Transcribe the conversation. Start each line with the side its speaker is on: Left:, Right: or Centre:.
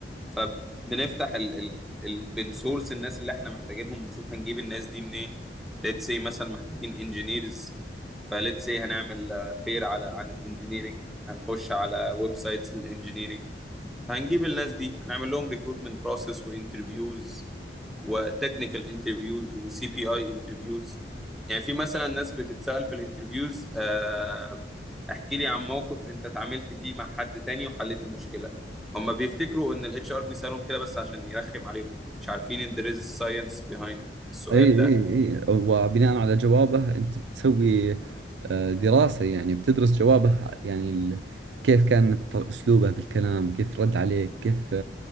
Centre: فبنفتح ال ال ال بنسورس الناس اللي احنا محتاجينهم نشوف هنجيب الناس دي منين ليتس سي مثلا محتاجين انجينيرز فليتس سي هنعمل فير على عن الانجينيرنج هنخش على ويب سايتس للانجينيرنج فهنجيب الناس دي هنعمل لهم ريكروتمنت بروسيس وانترفيوز وتكنيكال انترفيوز وسي بي اي انترفيوز يعني في مثلا ناس بتتسأل في الانترفيوز آه، احكي لي عن موقف انت اتعاملت فيه مع حد تاني وحليت المشكلة هم بيفتكروا ان الاتش ار بيسالهم كده بس عشان يرخم عليهم مش عارفين ان there is science behind السؤال
Right: اي اي
Centre: ده
Right: اي وبناء على جوابه انت بتسوي آه، دراسة يعني بتدرس جوابه يعني ال... كيف كان ط- اسلوبه بالكلام كيف رد عليك كيف